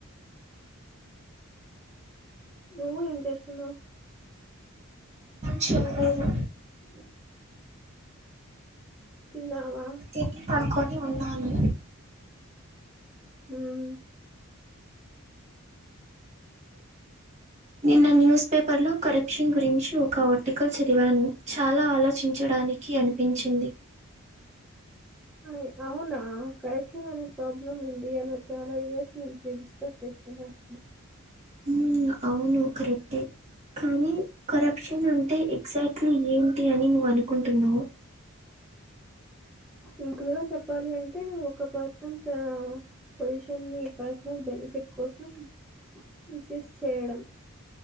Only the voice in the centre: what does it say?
నువ్వు ఏం చేస్తున్నావు
అ <unintelligible> తిన్నావా
ఉమ్
ఆ అవునా కరప్షన్ అనే ప్రాబ్లం ఇండియాలో చాలా ఇయర్స్ నుంచి డిస్కస్ చేస్తున్నారు
సింపుల్ గా చెప్పాలి అంటే ఒక పర్సన్ పొజిషన్ ని పర్సనల్ బెనిఫిట్ కోసం మిస్యూస్ చేయడం